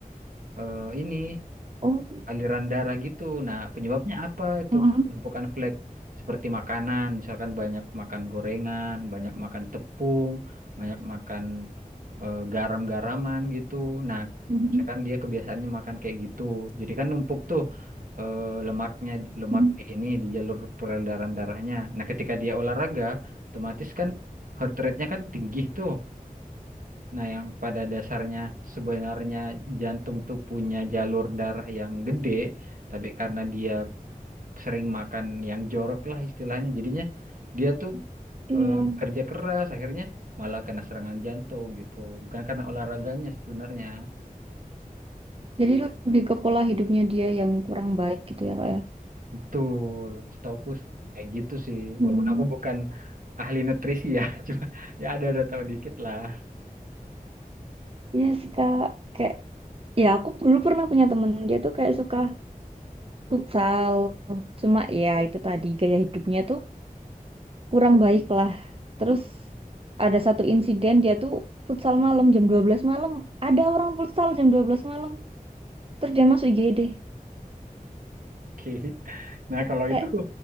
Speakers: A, on the right; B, on the right.
A: eh, ini
B: Oh.
A: aliran darah gitu. Nah, penyebabnya apa itu
B: Mm-mm,
A: penumpukan flek? Seperti makanan, misalkan banyak makan gorengan, banyak makan tepung, banyak makan eh, garam-garaman gitu. Nah,
B: mm-mm,
A: misalkan dia kebiasaannya makan kayak gitu. Jadi kan numpuk tuh eh, lemaknya, lemak
B: mm-mm.
A: di ini di jalur peredaran darahnya. Nah, ketika dia olahraga, otomatis kan heart rate-nya kan tinggi tuh. Nah, yang pada dasarnya sebenarnya jantung tuh punya jalur darah yang gede, tapi karena dia sering makan yang jorok lah istilahnya, jadinya dia tuh
B: Iya.
A: eh, Hmm. bekerja keras, akhirnya malah kena serangan jantung gitu. Bukan karena olahraganya sebenarnya.
B: Jadi lebih ke pola hidupnya dia yang kurang baik gitu ya, Kak ya.
A: Betul, setauku s- kayak gitu sih.
B: Hmm.
A: Walaupun aku bukan ahli nutrisi ya, <laughs> cuma ya ada-ada tahu dikit lah.
B: Iya sih, Kak. Kayak ya aku dulu pernah punya temen dia tuh kayak suka futsal. Cuma ya itu tadi gaya hidupnya tuh kurang baik lah. Terus ada satu insiden dia tuh futsal malam jam 12 malam. Ada orang futsal jam 12 malam. Terus dia masuk IGD.
A: Oke. Nah, kalau
B: Kayak,
A: itu